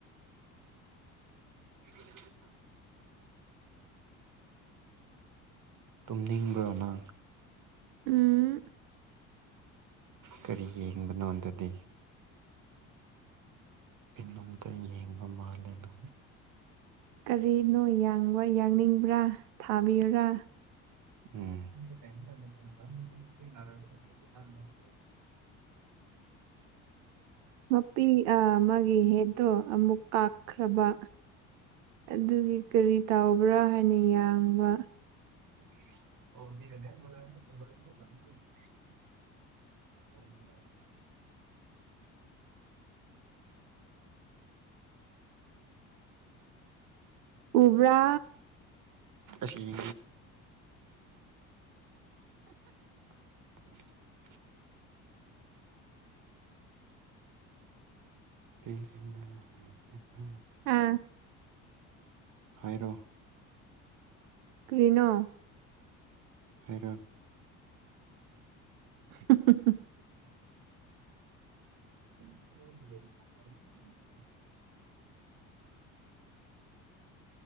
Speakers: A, on the right; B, on the right.
A: <unintelligible> ꯇꯨꯝꯅꯤꯡꯕ꯭ꯔꯣꯅꯪ
B: ꯎꯝ
A: ꯀꯔꯤ ꯌꯦꯡꯕꯅꯣ ꯑꯗꯨꯗꯤ ꯀꯩꯅꯣꯝꯇ ꯌꯦꯡꯕ ꯃꯥꯜꯂꯦꯗ
B: ꯀꯔꯤꯅꯣ ꯌꯥꯡꯕ ꯌꯥꯡꯅꯤꯡꯕ꯭ꯔꯥ ꯊꯥꯕꯤꯌꯨꯔꯥ
A: <unintelligible>
B: ꯃꯄꯤ ꯃꯥꯒꯤ ꯍꯦꯠꯇꯣ ꯑꯃꯨꯛ ꯀꯥꯈ꯭ꯔꯕ ꯑꯗꯨꯒꯤ ꯀꯔꯤ ꯇꯥꯎꯕ꯭ꯔꯥ ꯍꯥꯏꯅ ꯌꯥꯡꯕ
A: <unintelligible> ꯍ <unintelligible>
B: ꯎꯕ꯭ꯔꯥ
A: ꯁꯤ <unintelligible> <unintelligible> ꯇꯔꯤ ꯍꯅ <unintelligible>
B: ꯑꯥ
A: ꯍꯥꯏꯔꯣ
B: ꯀꯔꯤꯅꯣ
A: ꯍꯥꯏꯔꯣ
B: ꯎ <unintelligible>
A: <unintelligible>